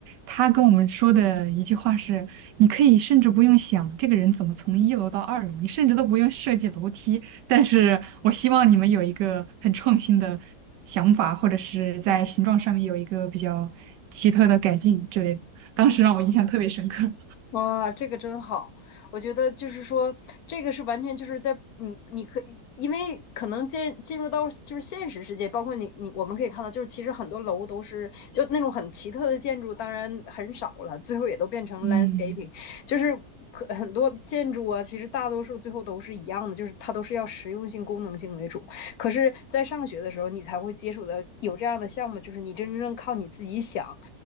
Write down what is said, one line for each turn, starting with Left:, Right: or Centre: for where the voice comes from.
Right: 他跟我们说的一句话是：你可以甚至不用想这个人怎么从一楼到二楼，你甚至都不用设计楼梯。但是我希望你们有一个很创新的想法，或者是在形状上面有一个比较奇特的改进之类的。
Left: 嗯
Right: 当时让我印象特别深刻。
Left: 嗯，哇，这个真好！我觉得就是说，这个是完全就是在你，你可以，因为可能进进入到就是现实世界，包括你你我们可以看到，就是其实很多楼都是就那种很奇特的建筑，当然很少了，最后也都变成
Right: 嗯
Left: landscaping，就是可很多建筑啊，其实大多数最后都是一样的，就是它都是要实用性、功能性为主。可是，在上学的时候，你才会接触到有这样的项目，就是你真正靠你自己想，